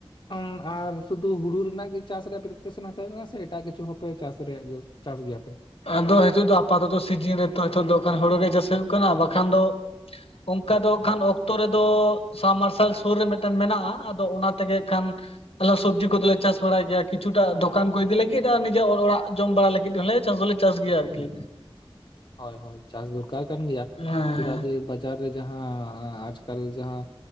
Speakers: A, on the left (about 55°); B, on the left (about 80°).
A: ᱟᱢ ᱟᱨ ᱥᱩᱫᱷᱩ ᱦᱩᱲᱩ ᱨᱮᱱᱟᱜ ᱜᱮ ᱪᱟᱥ ᱨᱮᱭᱟᱜ ᱯᱨᱤᱯᱟᱨᱮᱥᱚᱱ ᱦᱟᱛᱟᱣ ᱦᱩᱭᱩᱜ ᱠᱟᱱᱟ ᱥᱮ ᱮᱴᱟᱜ ᱠᱤᱪᱷᱩ ᱦᱚᱸᱯᱮ ᱪᱟᱥ ᱨᱮᱭᱟᱜ ᱜᱮ ᱪᱟᱥ ᱜᱮᱭᱟᱯᱮ?
B: ᱟᱫᱚ ᱱᱤᱛᱚᱜ ᱫᱚ ᱟᱯᱟᱛᱚᱛᱚ ᱥᱤᱡᱤᱱ ᱨᱮᱛᱚ ᱫᱚ ᱦᱳᱲᱳ ᱜᱮ ᱪᱟᱥ ᱦᱩᱭᱩᱜ ᱠᱟᱱᱟ ᱵᱟᱠᱷᱟᱱ ᱫᱚ ᱚᱱᱠᱟ ᱫᱚ ᱠᱷᱟᱱ ᱚᱠᱛᱚ ᱨᱮᱫᱚ ᱥᱟᱢᱟᱨ ᱥᱮᱞ ᱥᱩᱨ ᱨᱮ ᱢᱤᱫᱴᱮᱱ ᱢᱮᱱᱟᱜᱼᱟ ᱟᱫᱚ ᱚᱱᱟ ᱛᱮᱜᱮ ᱠᱷᱟᱱ ᱟᱞᱮ ᱥᱚᱵᱽᱡᱤ ᱠᱚᱫᱚᱞᱮ ᱪᱟᱥ ᱵᱟᱲᱟᱭ ᱜᱮᱭᱟ ᱠᱤᱪᱷᱩᱴᱟ ᱫᱚᱠᱟᱱ ᱠᱚ ᱤᱫᱤ ᱞᱟᱹᱜᱤᱫ ᱟᱨ ᱱᱤᱡᱮ ᱚᱲᱟᱜ ᱡᱚᱢ ᱵᱟᱲᱟ ᱞᱟᱹᱜᱤᱫ ᱦᱚᱸᱞᱮ ᱪᱟᱥ ᱫᱚᱞᱮ ᱪᱟᱥ ᱜᱮᱭᱟ ᱟᱨᱠᱤ
A: ᱦᱳᱭ ᱦᱳᱭ ᱪᱟᱥ ᱫᱚᱨᱠᱟᱨ ᱠᱟᱱ ᱜᱮᱭᱟ
B: ᱦᱮᱸ
A: ᱪᱮᱫᱟᱜ ᱡᱮ ᱵᱟᱡᱟᱨ ᱨᱮ ᱡᱟᱦᱟᱸ ᱟᱡᱽᱠᱟᱞ ᱡᱟᱦᱟᱸ